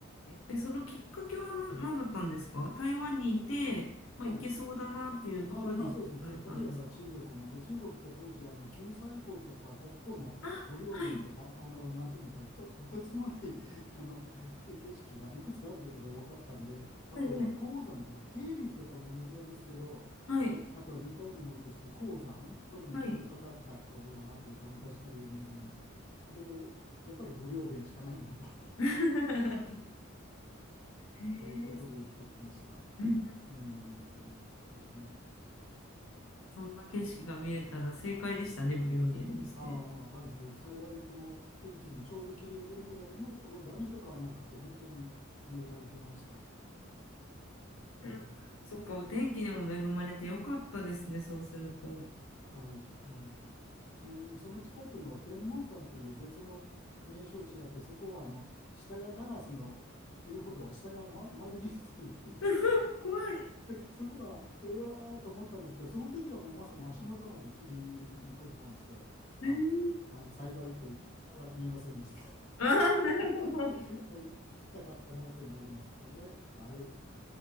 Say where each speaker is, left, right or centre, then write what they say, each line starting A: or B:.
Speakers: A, on the left; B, on the left.
A: え、そのきっかけは何、何だったんですか台湾にいて、まあ、
B: はい
A: 行けそうだなっていうところで行かれたんですか
B: あ、まあそうですね、せっかくだから中国も。で、中国って当時、あの九寨溝とか、ここの武陵源とか、
A: あ、はい。
B: あのなんていうんですかね、と、とてつもない <laughs> あのけ景色がいくつかあるということが分かったんで、あとは黄山かな、
A: はい
B: 桂林とかも有名ですけど、
A: はい。
B: わあとは似たようなものとして、黄山、これも霧のかかったこう山というか、
A: はい。
B: 昔から有名な山。で、やっぱり武陵源しかないなと <laughs>
A: <laughs> へえ。
B: いうことで行ってきました。
A: うんうんうんうん。
B: うん、そうですね。
A: そんな景色が見れたら正解でしたね、無料券にして。
B: ああ、はいはい。幸い、この天気にもちょうど霧が出るぐらいのところで雨とかはなくて、本当に恵まれてました。
A: うんそっか、
B: うん、
A: お天気にも恵まれてよかったですね、そうすると。
B: はいはい。ちなみに、その近くの天文山という別の名称地があって、そこはあの下がガラスの言うほど下が、ま、丸見えという
A: <laughs> 怖い。
B: <laughs> そこはうわーと思ったんですけど、その時はもうまさに足元まで霧に来る感じで、はい、
A: えー、
B: はい、幸いというか、下は見えませんでした。
A: あー、なるほど。
B: <laughs> 見たかったなというのがありますけどね。はい。